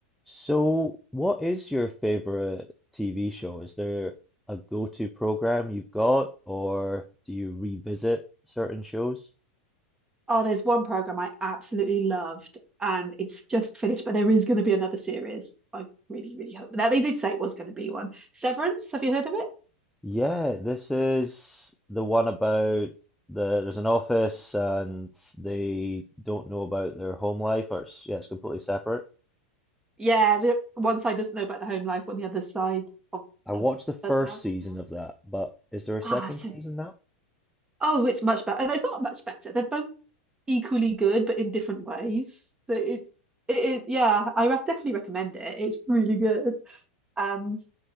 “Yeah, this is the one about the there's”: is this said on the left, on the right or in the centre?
Centre